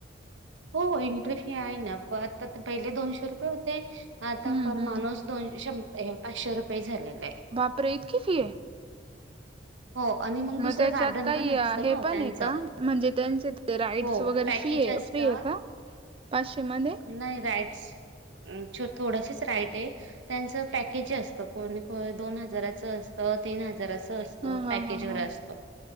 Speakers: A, on the right; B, on the right.
A: हो एंट्री फी आहे ना प आता पहिले दोनशे रुपये होते. आता
B: हम्म
A: पर
B: हम्म
A: माणूस दोन शं पाचशे रुपये झालेले आहे.
B: बाप रे इतकी फी आहे.
A: हो आणि
B: मग
A: दुसरं
B: त्याच्यात
A: गार्डन
B: काही
A: पण असतं
B: हे
A: ना हो
B: पण
A: त्यांचं
B: आहे का म्हणजे त्याचे राईड
A: हो
B: वगैरे
A: पॅकेज
B: फ्री आहे?
A: असतात.
B: फी आहे का पाचशेमध्ये?
A: नाही राईटस छो थोडसच राईट आहे. त्यांच पॅकेज असत को दोन हजाराचं असतं तीन हजार हजाराचा असत
B: हा हा
A: पॅकेजवर
B: हा हा
A: असत